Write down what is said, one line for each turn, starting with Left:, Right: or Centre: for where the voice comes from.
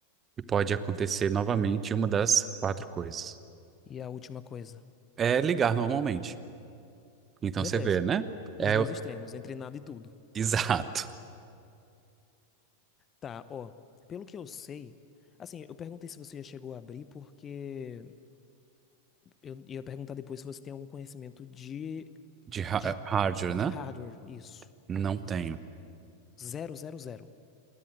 Right: e pode acontecer novamente uma das quatro coisas.
Left: E a última coisa,
Right: É ligar normalmente. Então
Left: beleza.
Right: você vê, né? É
Left: Os dois
Right: o-
Left: extremos, entre nada e tudo.
Right: <laughs> exato.
Left: Tá, ó. Pelo que eu sei, assim, eu perguntei se você já chegou a abrir porque eu ia perguntar depois se você tem algum conhecimento de,
Right: De ha-
Left: de,
Right: hardware,
Left: de
Right: né?
Left: hardware, isso.
Right: Não tenho.
Left: Zero, zero, zero.